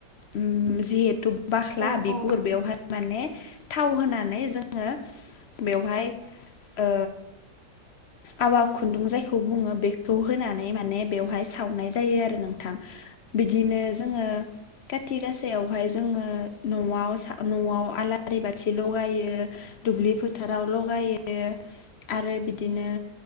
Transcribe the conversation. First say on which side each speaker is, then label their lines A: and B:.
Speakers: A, on the left; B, on the right.
A: उम जिहेथु बाख्ला
B: औ
A: बिगुर
B: औ नोंथां
A: बेवहाय माने थाव होनानै जोङो बेवहाय ओ आवा खुन्दुं जायखौ बुङो बेखौ होनानै माने बेवहाय सावनाय जायो आरो नोंथां। बिदिनो जोङो खाथि गासायावहाय जोङो नवाव सा नवाव आला आरि बाथि लगायो दुब्लि फोथाराव लगायो आरो बिदिनो